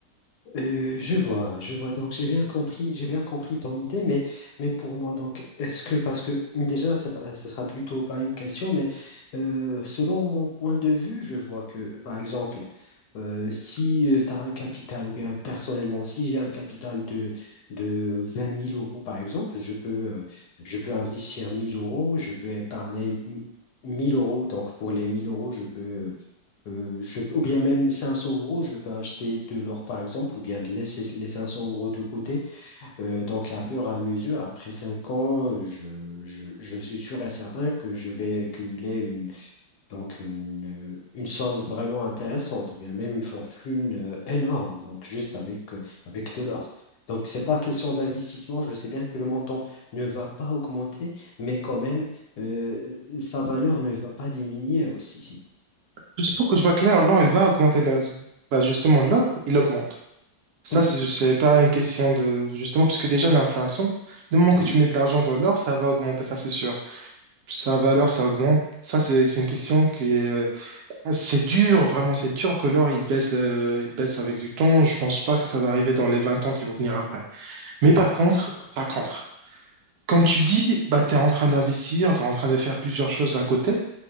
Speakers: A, on the left (about 65°); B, on the right (about 65°).
A: Euh, je vois, je vois. Donc j'ai bien compris, j'ai bien compris ton idée, mais mais pour moi donc est-ce que parce que déjà c'est pas, ce sera plutôt pas une question, mais euh, selon mon point de vue, je vois que par exemple euh, si tu as un capital ou bien personnellement si j'ai un capital de de 20 000 euros par exemple, je peux euh, je peux investir 1 000 euros, je peux épargner 1 000 euros. Donc pour les 1 000 euros, je peux euh, je, ou bien même 500 euros, je peux acheter de l'or par exemple, ou bien de laisser les 500 euros de côté. Euh, donc, à fur et à mesure, après 5 ans, euh, je, je, je suis sûr et certain que je vais cumuler une, donc une, euh, une somme vraiment intéressante, ou bien même une fortune euh, énorme, donc juste avec, euh, avec de l'or. Donc, c'est pas question d'investissement. Je sais bien que le montant ne va pas augmenter, mais quand même, euh, sa valeur ne va pas diminuer aussi.
B: Juste pour que je vois clair, l'or, il va augmenter, la- bah, justement, l'or, il augmente. Ça,
A: Oui,
B: c'est c'est pas une question de... Justement, puisque déjà, l'inflation, le moment que
A: oui.
B: tu mets de l'argent dans l'or, ça va augmenter, ça c'est sûr. Sa valeur, ça augmente. Ça, c'est c'est une question qui est... euh, C'est dur, vraiment, c'est dur que l'or, il baisse, le- il baisse avec du temps. Je pense pas que ça va arriver dans les 20 ans qui vont venir après. Mais par contre, par contre, comme tu dis, bah, tu es en train d'investir, tu es en train de faire plusieurs choses à côté.